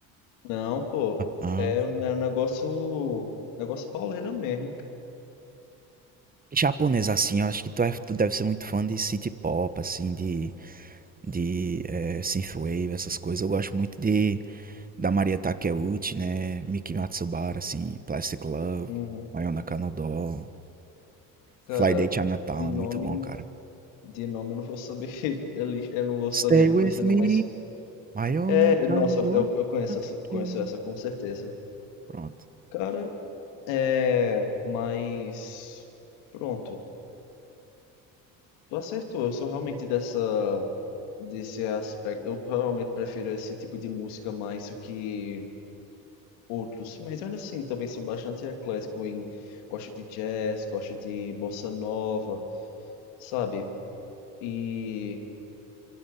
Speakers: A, on the left; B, on the right.
A: Não, pô.
B: Ah.
A: É, um- é um negócio. Negócio pauleira mesmo.
B: Japonês, assim, eu acho que tu, é, tu deve ser muito fã de city pop, assim, de, de eh, synthwave, essas coisas. Eu gosto muito de da Maria Takeuchi, né? Miki Matsubara, assim, Plastic Love,
A: Uhum.
B: Mayona Kanodō,
A: Cara,
B: Fly Day Chinatown,
A: de
B: é
A: nome.
B: muito bom, cara.
A: De nome eu não vou saber. <laughs> ele- Eu não vou
B: Stay
A: saber reconhecer,
B: with me,
A: não, mas.
B: Mayona
A: É,
B: Kanodō,
A: nossa, eu, eu conheço
B: Atake.
A: essa, conheço essa com certeza.
B: Pronto.
A: Cara, É, mas pronto, tu acertou. Eu sou realmente dessa desse aspecto. Eu realmente prefiro esse tipo de música mais do que outros, mas ainda assim também sou bastante eclético em gosto de jazz, gosto de bossa nova, sabe? E